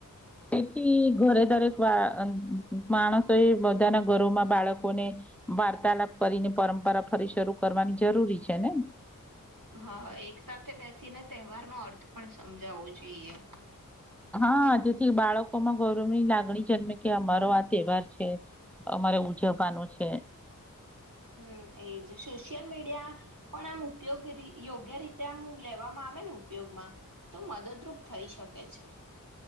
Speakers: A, in the centre; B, on the right.
A: તેથી ઘરે દરેક વા માણસો એ બધાના ઘરોમાં બાળકોને વાર્તાલાપ કરીને પરંપરા ફરી શરૂ કરવાની જરૂરી છે ને
B: હા એક સાથે બેસીને તહેવારનોો અર્થ પણ સમજાવવો જોઈએ
A: હા જેથી બાળકો માં ગૌરવ ની લાગણી જન્મે કે અમારો આ તહેવાર છે અમારે ઉજવવાનો છે
B: હમ એજ સોશિયલ મીડિયા પણ આમ ઉપયોગ યોગ્ય રીતે આમ લેવામાં આવે ને ઉપયોગમાં તો મદદરૂપ થઈ શકે છે